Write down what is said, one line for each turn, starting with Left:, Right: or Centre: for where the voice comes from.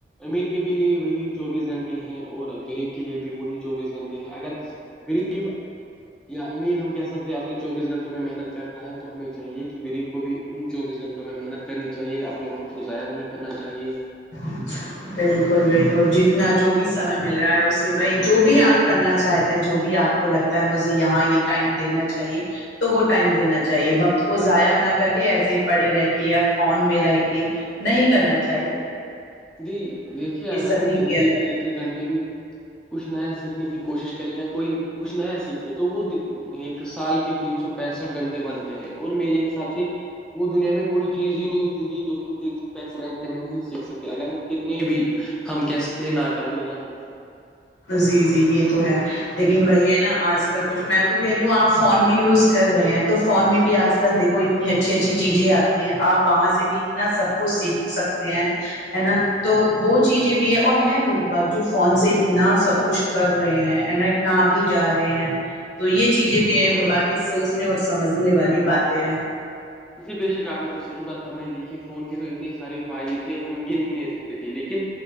Centre: امیر کے بھی لیے وہی چوبیس گھنٹے ہیں اور گغریب کے لیے بھی وہی چوبیس گھنٹے ہیں اگر گغریب یا امیر ہم کہہ سکتے ہیں اپنی چوبیس گھنٹوں میں محنت کر ہے تو ہمیں چاہیے کہ گریب کو بھی ان چوبیس گھٹوں میں محنت کرنی چاہیے اپنے وقت کو ضائع نہیں کرنا چاہیے
Left: اچھا بالکل بالکل جتنا جو بھی سمے مل رہا ہے اسے بھائی جو بھی آپ کرنا چاہتے ہیں جو بھی آپ کو لگتا ہے مجھے یہاں یہ ٹائم دینا چاہیے تو وہ ٹائم دینا چاہیے وقت کو ضائع نہ کر کے ایسے ہی پڑھے رہ کے یا فون میں رہ کے نہیں کرنا چاہیے
Centre: جی دیکھیے اگر
Left: یہ سبھی
Centre: ہم دن
Left: اندر
Centre: کے ایک ایک گھنٹے بھی کچھ نیا سیکھنے کی کوشش کریں کوئی کچھ نیا سیکھے تو وہ ایک سال کے تین سو پینسٹھ گھنٹے بنتے ہیں اور میرے حساب سے وہ دنیا میں کوئی چیز ہی نہیں ہوگی جو ہم ت پینس گھنٹے میں نہیں سیکھ سکتے اگر ہم کتنے بھی ہم کہہ سکتے ہیں ناقابل نہ ہ تو
Left: جی جی یہ تو ہے لیکن وہی ہے نا آج سب کچھ میں تو کہہی ہوں آپ فون بھی یوز کر رہے ہیں تو فون میں بھی آج کل دیکھو اتنی اچھی اچھی چیزیں آ آپ وہاں سے بھی اتنا سب کچھ سیکھ سکتے ہیں ہے نا تو وہ چیزیں بھی ہے اور ہے لوگ باغ جو فون سے اتنا سب کچھ کر رہے ہیں ا نا اتنا آگے جا رہے ہیں تو یہ چیزیں بھی ہیں وہ باقی سوچنے اور سمجھنے والی باتیں ہیں
Centre: جی بے شک آپ نے تو صحیح بات فرمائی دییکھی فون کے تو اتنے سارے فائدے تھے ہم گن ہی نہیں سکتے تھے لیکن